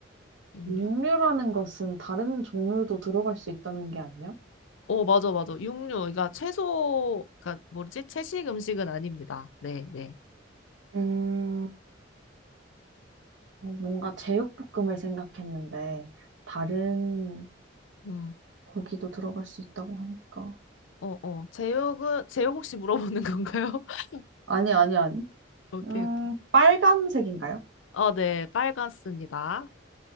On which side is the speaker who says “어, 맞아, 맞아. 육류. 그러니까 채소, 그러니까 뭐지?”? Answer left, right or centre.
Left